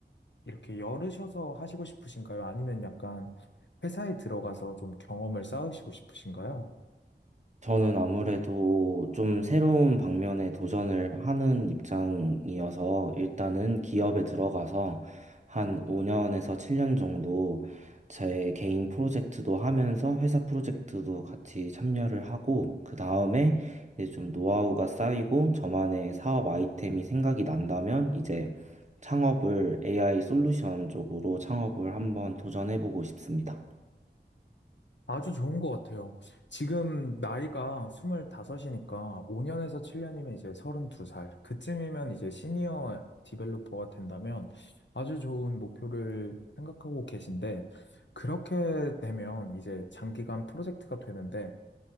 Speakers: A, on the left; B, on the right.
A: 이렇게 열으셔서 하시고 싶으신가요? 아니면 약간 회사에 들어가서 좀 경험을 쌓으시고 싶으신가요?
B: 저는 아무래도 좀 새로운 방면에 도전을 하는 입장이어서 일단은 기업에 들어가서 한 5년에서 7년 정도 제 개인 프로젝트도 하면서 회사 프로젝트도 같이 참여를 하고 그 다음에 이제 좀 노하우가 쌓이고 저만의 사업 아이템이 생각이 난다면 이제 창업을 AI 솔루션 쪽으로 창업을 한번 도전해보고 싶습니다.
A: 아주 좋은 것 같아요. 지금 나이가 25이니까 5년에서 7년이면 이제 32살. 그쯤이면 이제 시니어 디벨로퍼가 된다면 아주 좋은 목표를 생각하고 계신데, 그렇게 되면 이제 장기간 프로젝트가 되는데,